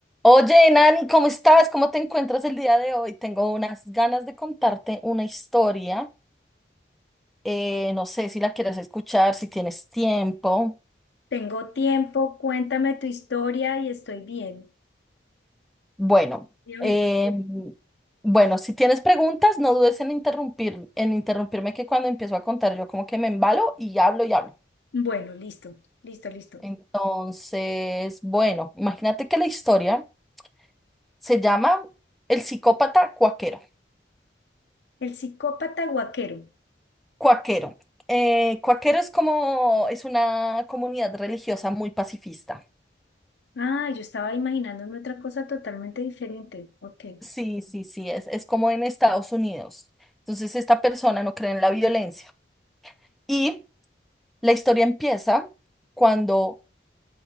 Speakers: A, in the centre; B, on the left (about 75°).
A: Oye, Nani, ¿cómo estás? ¿Cómo te encuentras el día de hoy? Tengo unas ganas de contarte una historia. Eh, no sé si la quieras escuchar, si tienes tiempo.
B: Tengo tiempo, cuéntame tu historia y estoy bien.
A: Bueno,
B: Y hoy,
A: eh, bueno, si tienes preguntas, no dudes en interrumpir, en interrumpirme que cuando empiezo a contar yo como que me embalo y hablo y hablo.
B: Bueno, listo, listo, listo.
A: Entonces, bueno, imagínate que la historia se llama El psicópata cuaquero.
B: El psicópata guaquero.
A: Cuaquero. Eh, Cuaquero es como, es una comunidad religiosa muy pacifista.
B: Ah, yo estaba imaginándome otra cosa totalmente diferente. Ok.
A: Sí, sí, sí, es, es como en Estados Unidos. Entonces, esta persona no cree en la violencia. Y la historia empieza cuando